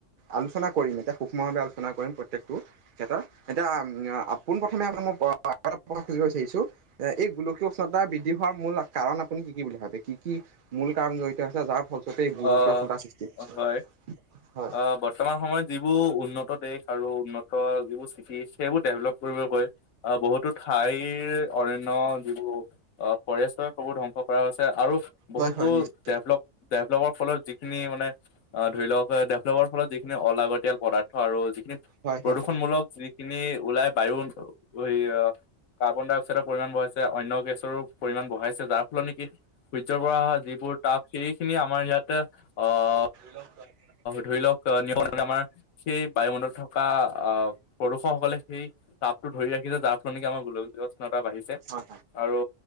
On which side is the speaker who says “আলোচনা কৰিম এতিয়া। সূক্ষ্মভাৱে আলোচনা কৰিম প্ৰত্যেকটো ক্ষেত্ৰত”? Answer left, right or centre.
Right